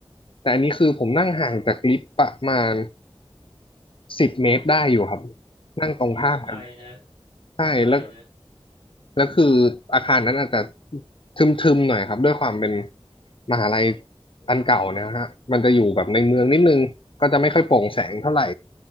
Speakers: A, on the left; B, on the right.
A: แต่อันนี้คือผมนั่งห่างจากลิฟต์ประมาณ สิบเมตรได้อยู่ครับนั่งตรงข้ามกันเ
B: โอ้ก็ไกลนะ
A: ใช่แล้ว
B: ก็ไกลนะ
A: แล้วคืออาคารนั้นอาจจะทึมๆหน่อยครับด้วยความเป็นมหาลัยอันเก่าเนะฮะมันจะอยู่แบบในเมืองนิดนึงก็จะไม่ค่อยโปร่งแสงเท่าไหร่